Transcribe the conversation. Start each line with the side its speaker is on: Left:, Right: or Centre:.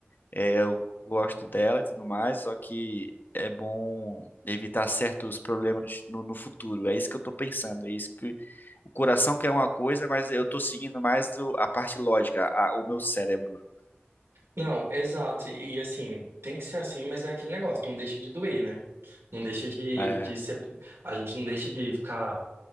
Left: é, eu gosto dela e tudo mais, só que é bom evitar certos problemas no, no futuro. É isso que eu tô pensando, é isso que o coração quer uma coisa, mas eu tô seguindo mais o- a parte lógica, a- o meu cérebro.
Right: Não, exato. E assim, tem que ser assim, mas é aquele negócio, não deixa de doer, né? Não deixa de,
Left: É,
Right: de ser. A gente não deixa de ficar.